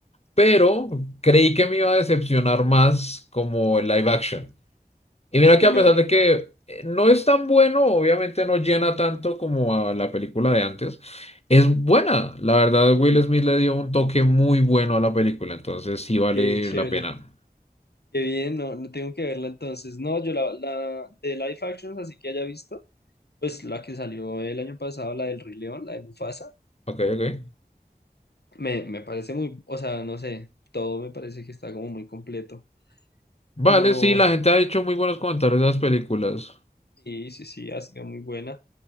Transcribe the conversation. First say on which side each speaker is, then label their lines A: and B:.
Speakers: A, on the left (about 40°); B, on the left (about 90°).
A: pero creí que me iba a decepcionar más como el live action. Y mira que
B: Y
A: a
B: no,
A: pesar de que eh, no es tan bueno, obviamente no llena tanto como a la película de antes, es buena. La verdad, Will Smith le dio un toque muy bueno a la película, entonces sí vale
B: qué chévere.
A: la pena.
B: Qué bien, no, no tengo que verla entonces. No, yo la, la de live actions, así que haya visto, pues la que salió el año pasado, la del Rey León, la de Mufasa,
A: Ok, ok.
B: me, me parece muy, o sea, no sé, todo me parece que está como muy completo.
A: Vale,
B: No,
A: sí, la gente ha hecho muy buenos comentarios de las películas.
B: Sí, sí, sí, ha sido muy buena.